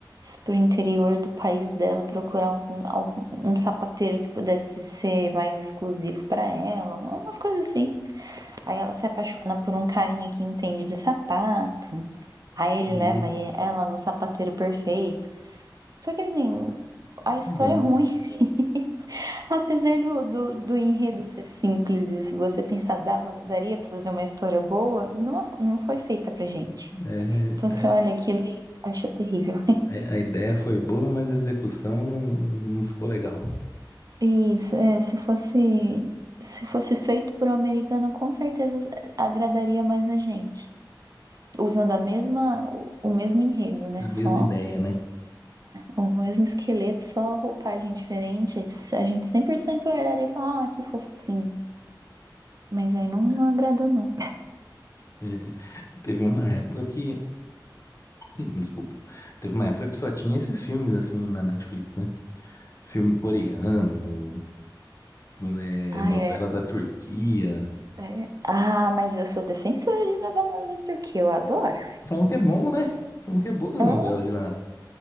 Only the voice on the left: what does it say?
Entendi.
Legal.
É,
a, a ideia foi boa, mas a execução não, não ficou legal.
É A
mesma ideia, né?
É, teve uma época que. <clears throat> Desculpa. Teve uma época que só tinha esses filmes assim na Netflix, né? Filme coreano, é,
novela
da Turquia.
Falam que é bom, né? Falam que é boa a
novela de lá.